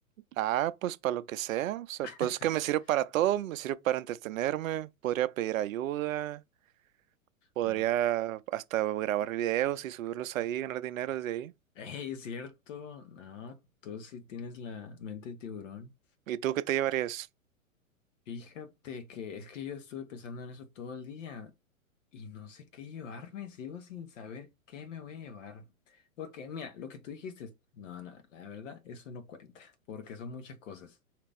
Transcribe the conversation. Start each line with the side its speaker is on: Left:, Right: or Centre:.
Right: Ah, pues para lo que sea, o sea,
Left: <laughs>
Right: pues es que me sirve para todo, me sirve para entretenerme, podría pedir ayuda, Podría
Left: No.
Right: hasta grabar videos y subirlos ahí, ganar dinero desde ahí.
Left: Ey, cierto. No, tú sí tienes la mente de tiburón.
Right: ¿Y tú qué te llevarías?
Left: Fíjate que es que yo estuve pensando en eso todo el día y no sé qué llevarme, sigo sin saber qué me voy a llevar. Porque mira, lo que tú dijiste, no, no, la verdad, eso no cuenta, porque son muchas cosas.